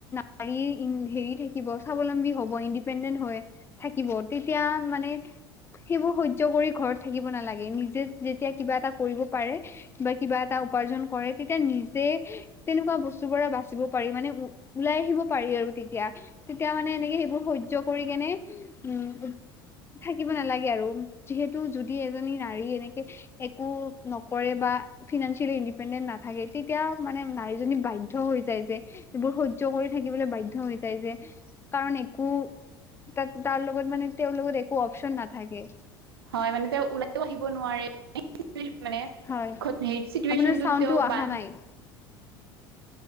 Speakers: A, on the left (about 20°); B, on the right (about 70°).
A: নাৰী হেৰি থাকিব স্বাৱলম্বী হ'ব ইণ্ডিপেণ্ডেণ্ট হয়। থাকিব তেতিয়া মানে সেইবোৰ সহ্য কৰি ঘৰত থাকিব নালাগে, নিজে যেতিয়া কিবা এটা কৰিব পাৰে। বা কিবা এটা উপাৰ্জন কৰে তেতিয়া নিজে তেনেকুৱা বস্তুৰ পৰা বাচিব পাৰি, মানে ওলাই আহিব পাৰি আৰু তেতিয়া, তেতিয়া মানে এনেকে সেইবোৰ সহ্য কৰি কেনে, উম থাকিব নালাগে আৰু যিহেতু যদি এজনী নাৰী এনেকে একো নকৰে বা ফিনেসিয়েলি ইণ্ডিপেণ্ডেন্ট নাথাকে তেতিয়া মানে নাৰীজনী বাধ্য হৈ যায় যে এইবোৰ স সহ্য কৰি থাকিবলৈ বাধ্য হৈ যায় যে, কাৰণ একো তাত তাৰ লগত মানে তেওঁৰ লগত একো অপচন নাথাকে।
B: হয়, মানে তেওঁ ওলাইও আহিব নোৱাৰে। <unintelligible> মানে হেই
A: হয়
B: চিটুৱেশচনত
A: আপোনাৰ চাউণ্ডটো
B: তেওঁ
A: অহা
B: বান
A: নাই।